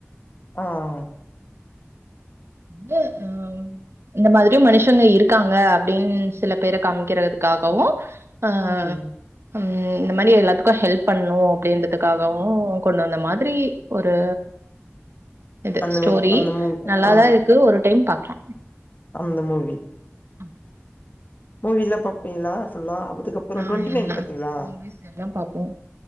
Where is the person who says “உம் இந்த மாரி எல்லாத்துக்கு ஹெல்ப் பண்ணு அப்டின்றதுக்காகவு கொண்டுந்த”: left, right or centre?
Right